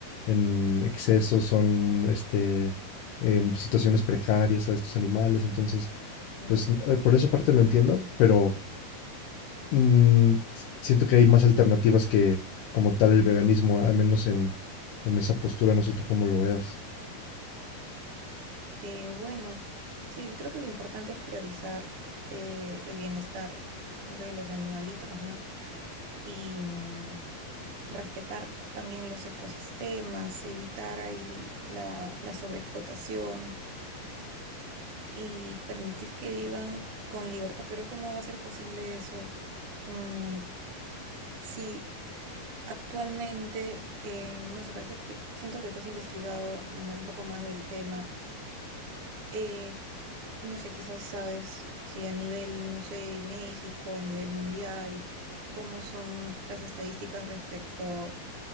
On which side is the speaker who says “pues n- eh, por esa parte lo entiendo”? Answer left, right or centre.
Left